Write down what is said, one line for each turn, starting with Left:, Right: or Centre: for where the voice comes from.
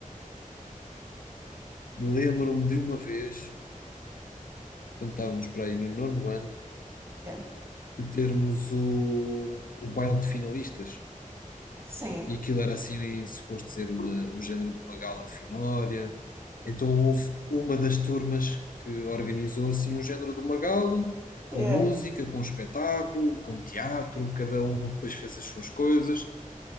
Left: Lembro-me de uma vez, quando estávamos para aí no nono ano,
Right: Yeah.
Left: de termos o, o baile de finalistas.
Right: Sim.
Left: E aquilo era assim, em- suposto ser uma- um género de uma gala finória. Então houve uma das turmas que organizou assim um género de uma gala, com
Right: Yeah.
Left: música, com espetáculo, com teatro, cada um depois fez as suas coisas.